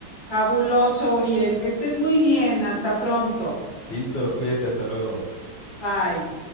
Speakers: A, on the left (about 20°); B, on the left (about 65°).
A: Fabuloso, Uriel. Que estés muy bien. Hasta pronto.
B: Listo, cuídate, hasta luego.
A: Bye.